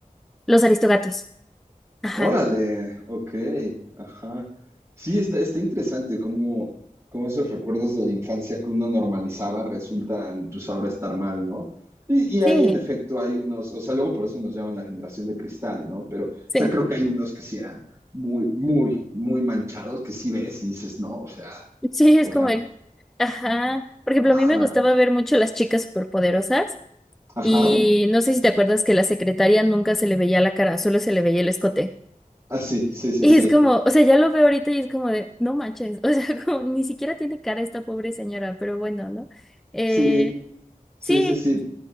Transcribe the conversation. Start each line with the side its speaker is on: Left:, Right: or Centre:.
Centre: Los Aristogatos, ajá,
Right: Órale, ok, ajá. Sí, está, está interesante cómo, cómo esos recuerdos de la infancia que uno normalizaba resultan, pues ahora estar mal, ¿no? Y, y
Centre: sí,
Right: ahí en efecto hay unos, o sea, luego por eso nos llaman la generación de cristal, ¿no? Pero, o
Centre: sí,
Right: sea, creo que hay unos que sí eran muy, muy, muy manchados, que sí ves y dices, no, o sea,
Centre: <laughs> sí,
Right: o
Centre: es como,
Right: sea,
Centre: el- ajá, por ejemplo,
Right: ajá,
Centre: a mí me gustaba ver mucho Las Chicas Superpoderosas.
Right: ajá,
Centre: Y no sé si te acuerdas que la secretaria nunca se le veía la cara, solo se le veía el escote.
Right: ah, sí, sí, sí,
Centre: Y
Right: sí,
Centre: es como, o sea, ya lo veo ahorita y es como de, no manches, o sea, <laughs> como, ni siquiera tiene cara esta pobre señora, pero bueno, ¿no? Eh,
Right: sí, sí,
Centre: sí,
Right: sí, sí,